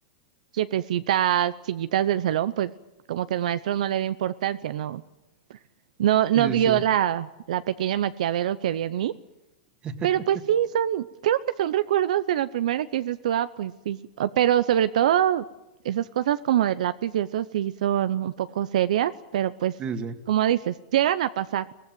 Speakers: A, on the right (about 75°); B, on the right (about 25°).
A: quietecitas, chiquitas del salón, pues como que el maestro no le dio importancia, no, no, no
B: Sí,
A: vio
B: sí, sí.
A: la, la pequeña Maquiavelo que había en mí.
B: <laughs>
A: Pero pues sí, son, creo que son recuerdos de la primera que dices tú, ah, pues sí. O- Pero sobre todo, esas cosas como del lápiz y eso sí son un poco serias, pero pues,
B: sí, sí. sí.
A: como dices, llegan a pasar.